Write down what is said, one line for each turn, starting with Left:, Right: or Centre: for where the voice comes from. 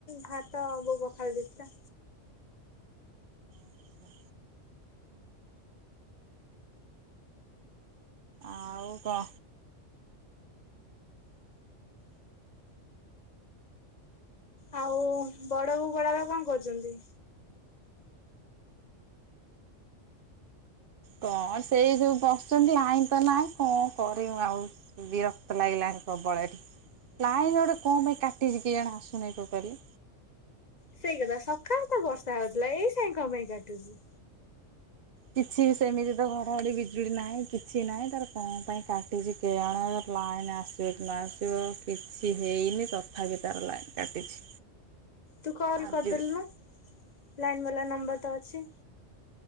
Left: ଭାତ ବୋଉ ପଖାଳି ଦେଇଥିଲା।
Right: ଆଚ୍ଛା ଆଉ କ।
Left: ଆଉ ବଡ ବୋଉ ବଡ଼ ବାପା କଣ କରୁଛନ୍ତି?
Right: କଣ ସେଇ ଯୋଉ ବସିଛନ୍ତି ଲାଇନ୍ ତ ନାହିଁ କଣ କରିବୁ ଆଉ। ବିରକ୍ତ ଲାଗିଲାଣି ପ୍ରବଳ ଏଠି ଲାଇନ୍ ଗୋଟେ କମ୍ ପାଇଁ କାଟିଛି କେଜାଣି ଆସୁନାହିଁ ଟୋଟାଲି।
Left: ସେଇ କଥା ସକାଳେତ ବର୍ଷା ହଉଥିଲା ଏଇ ସାଇଁ କଣ ପାଇଁ କାଟୁଚି।
Right: କିଛି ବି ସେମିତି ତ ଘଡଘଡି ବିଜୁଲି ନାହିଁ କିଛି ନାହିଁ ତାର କଣ ପାଇଁ କାଟିଛି। କେଜାଣି ଲାଇନ୍ ଆସିବ କି ନ ଆସିବ କିଛି ହେଇନି ତଥାପି ତାର ଲାଇନ୍ କାଟିଛି।
Left: ତୁ କଲ୍
Right: ଆଜି
Left: କରିଦେଲୁନୁ ଲାଇନ୍ ବାଲା ନମ୍ବରତ ଅଛି।